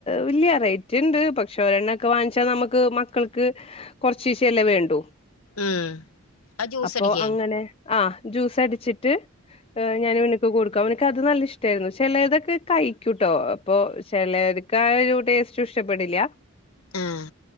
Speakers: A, on the left; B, on the left.
A: വല്യ റേറ്റ് ഉണ്ട് പക്ഷെ ഒരെണ്ണ ഒക്കെ വാങ്ങിച്ചാൽ നമുക്ക് മക്കൾക്ക് കൊറച്ചീശല്ല വേണ്ടു
B: ഉം ആ ജൂസടിക
A: അപ്പൊ അങ്ങനെ ആഹ് ജ്യൂസ് അടിച്ചിട്ട് ഞാൻ ഇവനിക്ക് കൊടുക്കാംഅവനിക് നല്ല ഇഷ്ടരുന്നു ചിലതൊക്കെ കഴിക്കൂട്ടോ അപ്പ ചിലർക്ക് ആ ഒരു ടേസ്റ്റ് ഇഷ്ടപ്പെടില്ല
B: ആഹ